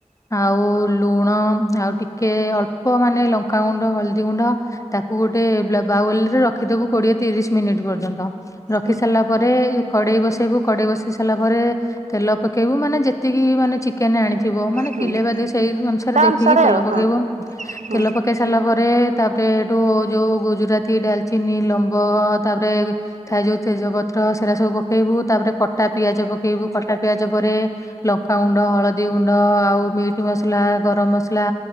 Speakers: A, on the left; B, on the right.
A: ଆଉ ଲୁଣ ଆଉ ଟିକେ ଅଳ୍ପ ମାନେ ଲଙ୍କାଗୁଣ୍ଡ ହଳଦୀ ଗୁଣ୍ଡ ତାକୁ ଗୋଟେ ବାଉଲ ରେ ରଖିଦବୁ କୋଡିଏ ତିରିଶି ମିନିଟ୍ ପର୍ଯ୍ୟନ୍ତ। ରଖି
B: ହୁଁ
A: ସାରିଲା ପରେ କଡେଇ ବସେଇବୁ, କଡେଇ ବସେଇ ସାରିଲା ପରେ ତେଲ ପକେଇବୁ, ମାନେ ଯେତିକି ମାନେ ଚିକେନ ଆଣିଥି ଥିବ ମାନେ
B: ହୁଁ
A: କିଲେ ବାଦ ସେଇ ଅନୁସାରେ
B: ତା
A: ଦେଖିକି ତେଲ
B: ଆଉ
A: ପକେଇବୁ,
B: ହଁ ହୁଁ
A: ତେଲ ପକେଇ ସାରିଲା ପରେ ତାପରେ ଏଠୁ ଯୋଉ ଗୁଜୁରାତି, ଡାଲଚିନି, ଲମ୍ବ ତାପରେ ଥାଏ ଯୋଉ ତେଜ ପତ୍ର ସେରା ସବୁ ପକେଇବୁ ତାପରେ କଟା ପିଆଜ ପକେଇବୁ କଟା ପିଆଜ ପରେ ଲ ଲଙ୍କା ଗୁଣ୍ଡ, ହଳଦୀ ଗୁଣ୍ଡ ଆଉ ମିଟ୍ ମସଲା, ଗରମ ମସଲା